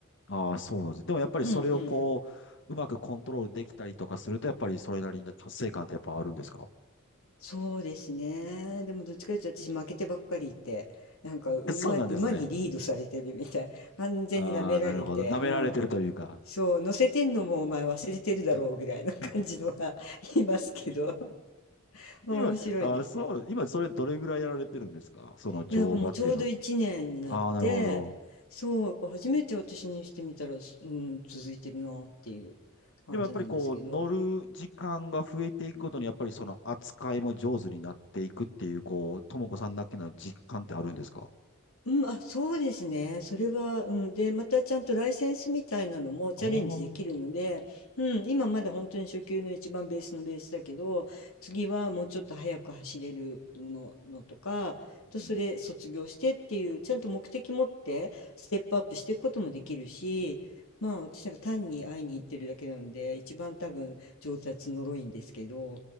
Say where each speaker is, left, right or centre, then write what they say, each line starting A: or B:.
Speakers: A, on the left (about 60°); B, on the left (about 85°).
A: ああ、そうなんですね。でもやっぱりそれをこう、
B: うんうん。
A: うまくコントロールできたりとかすると、やっぱりそれなりの達成感ってやっぱあるんですか
B: そうですね。でもどっちかというと私負けてばっかりいて、なんか馬に、
A: <laughs> そうなんですね。
B: 馬にリードされてるみたい。<laughs> 完全に舐められて、
A: ああ、なるほど。舐められてるというか。
B: うん。そう、乗せてんのもお前忘れてるだろうぐらいの感じのが
A: うん <laughs>
B: <laughs> いますけど、<laughs> 面白いですよ。
A: 今、あー、そう、今それどれぐらいやられてるんですかその乗馬っていうのは。
B: いや、なんかもうちょうど1年になって、
A: ああ、なるほど。
B: そう、初めて私にしてみたら、うん、続いてるなっていう感じなんですけど、
A: でもやっぱりこう、乗る時間が増えていくごとに、やっぱりその扱いも上手になっていくっていう、こう、ともこさんだけの実感ってあるんですか
B: うん、あ、そうですね。それは、うん。で、またちゃんとライセンスみたいなのもチャレンジできるので、
A: おー。
B: うん、今まで本当に初級の一番ベースのベースだけど、次はもうちょっと速く走れるの、のとか、と、
A: うん
B: それ卒業してっていう、ちゃんと目的持ってステップアップしていくこともできるし、まあ私なんか単に会いに行ってるだけなので、一番多分上達のろいんですけど、